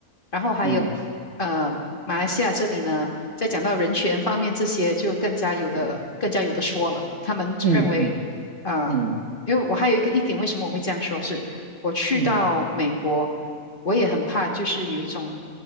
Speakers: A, on the left (about 35°); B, on the right (about 50°).
A: 然后还有，
B: 嗯
A: 呃，马来西亚这里呢，在讲到人权方面这些，就更加有的更加有的说了。
B: 嗯
A: 他们认为，
B: 嗯嗯
A: 啊、
B: 嗯
A: 因为我还有一个一点，为什么我会这样说是，我去到美国，
B: 嗯，
A: 我也很怕，就是有一种